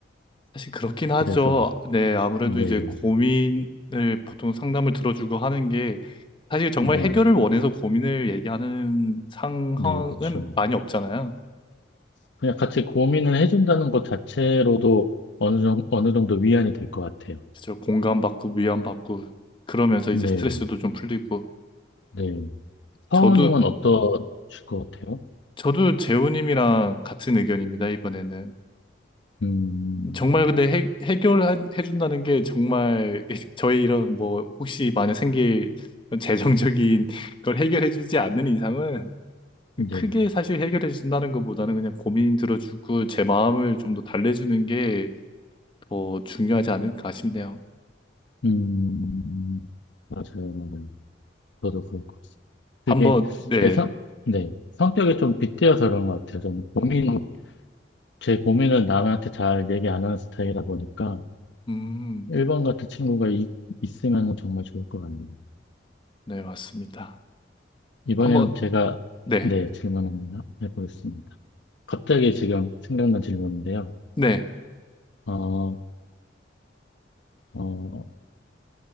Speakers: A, on the left (about 25°); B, on the left (about 75°).
A: 사실 그렇긴 하죠.
B: 그래서
A: 네, 아무래도
B: 네,
A: 이제 고민을 보통 상담을 들어주고 하는 게 사실 정말
B: 네,
A: 해결을 원해서 고민을 얘기하는 상황은
B: 네, 그렇죠.
A: 많이 없잖아요.
B: 그냥 같이 고민을 해준다는 것 자체로도 어느 정도 어느 정도 위안이 될 것 같아요.
A: 그죠. 공감받고 위안받고 그러면서
B: 네,
A: 이제 스트레스도 좀 풀리고
B: 네. 사원님은
A: 저도
B: 어떠실 것 같아요?
A: 저도 재호님이랑 같은 의견입니다, 이번에는.
B: 음,
A: 정말 근데 해, 해결해준다는 게 정말 <laughs> 저의 이런 뭐 혹시 만약 생길 재정적인 <laughs> 걸 해결해주지 않는 이상은
B: 네,
A: 크게 사실 해결해준다는 것보다는 그냥 고민 들어주고 제 마음을 좀 더 달래주는 게 더 중요하지 않을까 싶네요.
B: 음, 맞아요, 맞아요. 저도 그럴 것 같습니다. 그게
A: 한번, 네.
B: 제 성, 네, 성격이 좀 빗대어서 그런 것 같아요. 저는 고민 제 고민을 남한테 잘 얘기 안 하는 스타일이라 보니까
A: 음,
B: 1번 같은 친구가 이- 있으면 정말 좋을 것 같네요.
A: 네, 맞습니다.
B: 이번에는
A: 한번,
B: 제가
A: 네.
B: 네, 질문 하나 해보겠습니다. 갑자기 지금 생각난 질문인데요.
A: 네.
B: 어, 어,